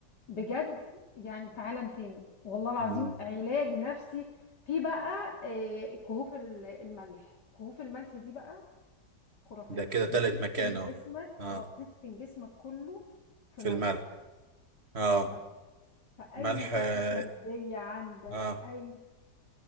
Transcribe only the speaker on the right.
مم.
ده كده
تالت مكان اهو
اه
في
الملح اه
ملح
اه
آه،